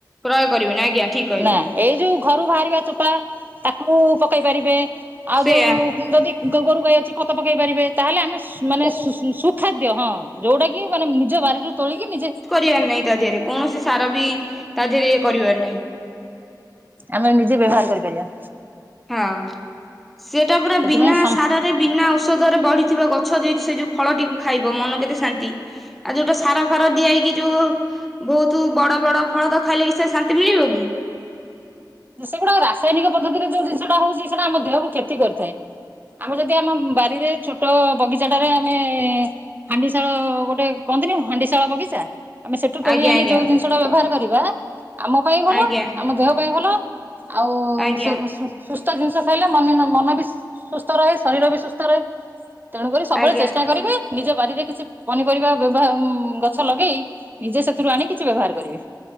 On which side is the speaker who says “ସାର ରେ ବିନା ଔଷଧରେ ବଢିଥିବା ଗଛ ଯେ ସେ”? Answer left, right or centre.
Centre